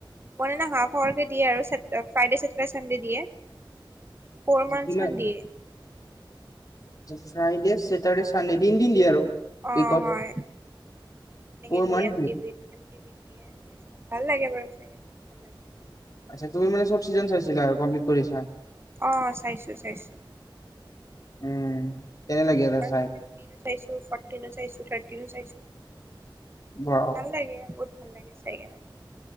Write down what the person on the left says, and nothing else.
কিমান
ফ্ৰাইডে, চেটাৰডে, চানডে তিনদিন দিয়ে আৰু।
উইকত
ফ'ৰ
মান্থ
আচ্ছা তুমি মানে চব চিজন চাইছিলা আৰু কমপ্লিট কৰিছা।
উম'। কেনে লাগিল
চাই
ৱাও